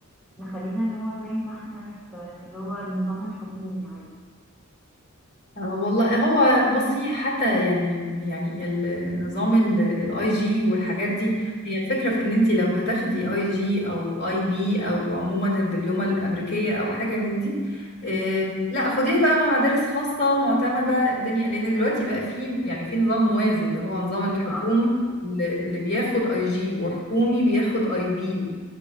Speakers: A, in the centre; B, on the left (about 50°).
A: نخلينا اللي هو زي ما إحنا في في اللي هو النظام الحكومي عادي
B: آه، والله هو بصي حتى يعني يعني ال- النظام الاي جي والحاجات
A: مم.
B: دي هي الفكره في ان انت لو هتاخدي اي جي او اي بي او عموما الدبلومه الامريكيه او حاجه من دي
A: مم.
B: آم، لا خديها بقى مع مدارس خاصه معتمده الدنيا لان دلوقتي بقى في يعني في نظام موازي اللي هو نظام الحكومي
A: آه.
B: اللي اللي بياخد اي جي وحكومي بياخد اي بي